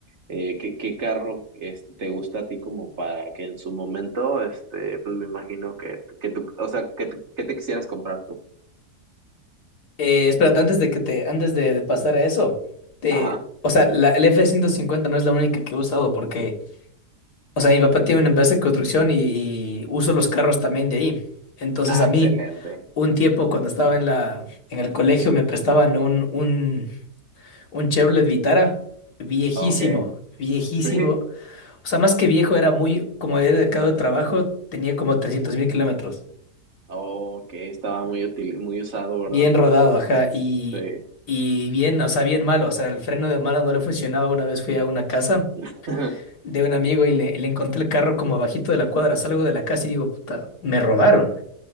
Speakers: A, on the right; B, on the left.
A: eh, ¿qué, qué carro este, te gusta a ti como para que en su momento, este, pues me imagino que, que tú, o sea, que, tú- que te quisieras comprar tú?
B: Eh, espérate, antes de que te, antes de pasar a eso, te,
A: Ajá.
B: o sea, la, el F-150 no es la única que he usado porque, o sea, mi papá tiene una empresa de construcción y, y uso los carros también de ahí. Entonces
A: Ah,
B: a
A: excelente.
B: mí, un tiempo cuando estaba en la, en el colegio me prestaban un, un, un Chevrolet Vitara viejísimo,
A: Ok. <laughs>
B: viejísimo.
A: Sí.
B: O sea, más que viejo, era muy, como era de cada trabajo, tenía como 300 mil kilómetros.
A: Ok, estaba muy útil, muy usado, ¿verdad?
B: Bien rodado, ajá, y,
A: Sí.
B: y bien, o sea, bien malo, o sea, el freno de mano no le funcionaba. Una vez fui a una casa
A: <laughs>
B: de un amigo y le, le encontré el carro como abajito de la cuadra, salgo de la casa y digo, puta, me robaron.